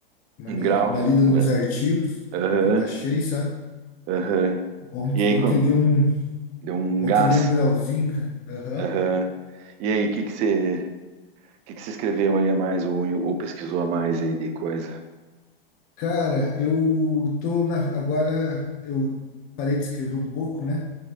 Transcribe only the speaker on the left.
uma,
me-
uma lida
nos artigos
que eu baixei, sabe?
Ontem,
ontem
deu um,
ontem
deu um grauzinho, cara. Aham.
Cara, eu tô na, agora eu parei de escrever um pouco, né?